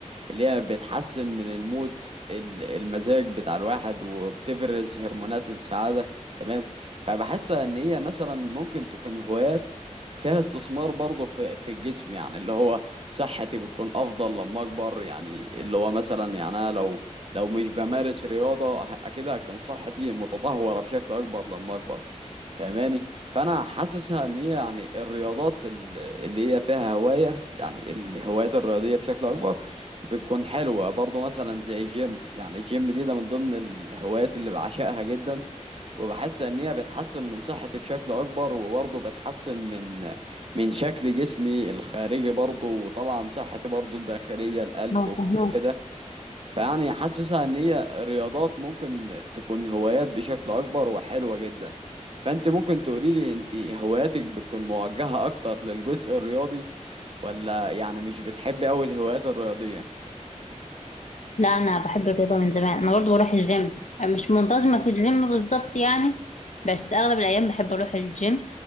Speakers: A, on the right; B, on the left.
A: اللي هي بتحسن من المود ال- المزاج بتاع الواحد وبتفرز هرمونات السعادة تمام فبحس ان هي مثلا ممكن تكون هوايات فيها استثمار برضه في في الجسم يعني اللي هو صحتي بتكون افضل لما اكبر يعني اللي هو مثلا يعني انا لو لو مش بمارس رياضة ه- اكيد هتكون صحتي متدهورة بشكل اكبر لما اكبر فاهماني فانا حاسسها ان هي يعني الرياضات ال- اللي هي فيها هواية يعني الهوايات الرياضية بشكل اكبر بتكون حلوة برضه مثلا زي الجيم يعني الجيم دي ده من ضمن الهوايات اللي بعشقها جدا وبحس ان هي بتحسن من صحتي بشكل اكبر وبرضه بتحسن من من شكل جسمي الخارجي برضه وطبعا صحتي برضه الداخلية القلب
B: اه
A: وكده
B: فهمت
A: فيعني حاسسها ان هي رياضات ممكن تكون هوايات بشكل اكبر وحلوة جدا فانت ممكن تقوليلي انت هواياتك بتكون موجهة اكتر للجزء الرياضي ولا يعني مش بتحبي اوي الهوايات الرياضية
B: لا انا بحب الرياضه من زمان انا برضو بروح الجيم مش منتظمه في الجيم بالظبط يعني بس اغلب الايام بحب اروح الجيم